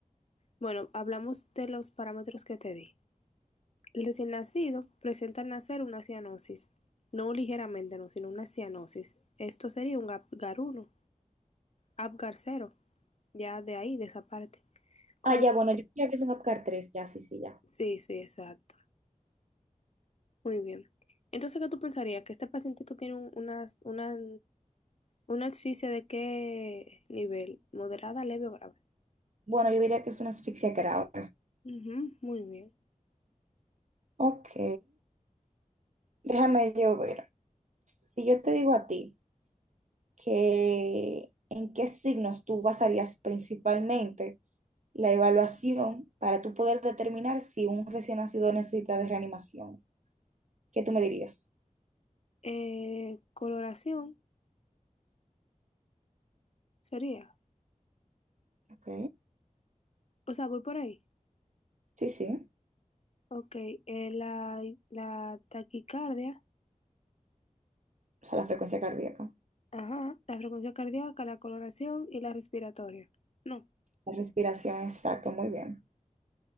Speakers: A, on the left; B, on the right.
A: Bueno, hablamos de los parámetros que te di. El recién nacido presenta al nacer una cianosis, no ligeramente, no, sino una cianosis. Esto sería un gap- uno, Apgar cero, ya de ahí, de esa parte. Con...
B: Ah, ya, bueno, yo diría que es un APGAR tres ya, sí, sí, ya.
A: Sí, sí, exacto. Muy bien. Entonces, ¿qué tú pensarías? ¿Que este pacientito tiene un- una, una, una asfixia de qué nivel? ¿Moderada, leve o grave?
B: Bueno, yo diría que es una asfixia grave.
A: Ujú, muy bien.
B: Ok. Déjame yo ver. Si yo te digo a ti, que en qué signos tú basarías principalmente la evaluación para tú poder determinar si un recién nacido necesita de reanimación. ¿Qué tú me dirías?
A: Eh, coloración sería.
B: Ok,
A: O sea, voy por ahí.
B: sí, sí,
A: Ok, eh, la, la taquicardia,
B: o sea, la frecuencia cardíaca,
A: ajá, la frecuencia cardíaca, la coloración y la respiratoria. No.
B: la respiración, exacto, muy bien.